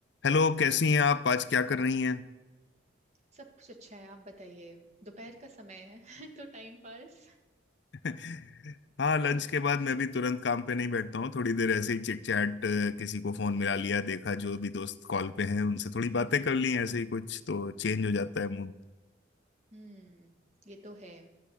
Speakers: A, on the left; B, on the right.
A: Hello कैसी हैं आप आज क्या कर रही हैं
B: सब कुछ अच्छा है आप बताइए दोपहर का समय है <laughs> तो टाइम पास
A: <laughs> हाँ लंच के बाद मैं भी तुरंत काम पे नहीं बैठता हूँ थोड़ी देर ऐसे ही चिट चैट किसी को फोन मिला लिया देखा जो भी दोस्त कॉल पे हैं उनसे थोड़ी बातें कर ली ऐसे ही कुछ तो चेंज हो जाता है मूड
B: हम्म ये तो है